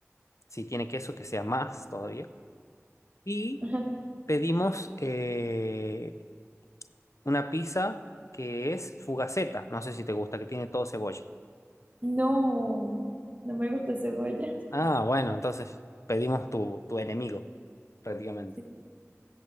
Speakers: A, on the left (about 80°); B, on the right (about 30°).
A: Si tiene queso, que sea más todavía. Y
B: <laughs>
A: pedimos eh, una pizza que es fugaceta. No sé si te gusta, que tiene todo cebolla.
B: No, no me gusta cebolla.
A: Ah, bueno, entonces pedimos tu, tu enemigo, prácticamente.
B: Sí.